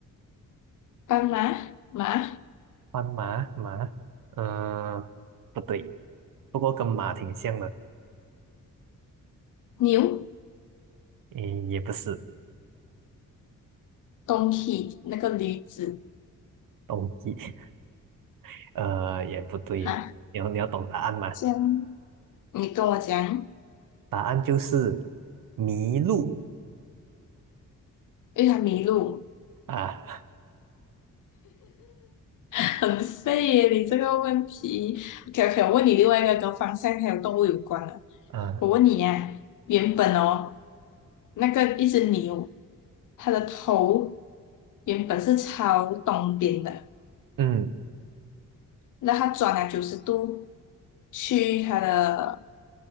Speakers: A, on the left; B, on the right.
A: 斑马、马、
B: 斑马、马？嗯、不对，不过跟马挺像的。
A: 牛、
B: 嗯，也不是
A: 东西那个驴子
B: 东西，<laughs> 呃，也不对。
A: 哈，
B: 你要你要懂答案吗？
A: 这样你跟我讲，
B: 答案就是麋鹿
A: 因为它迷路，
B: 啊
A: 很废耶，你这个问题。OK OK，我问你另外一个跟方向还有动物有关的，
B: 啊，
A: 我问你啊，原本哦，那个一只牛，它的头原本是朝东边的，
B: 嗯
A: 那它转了九十度去它的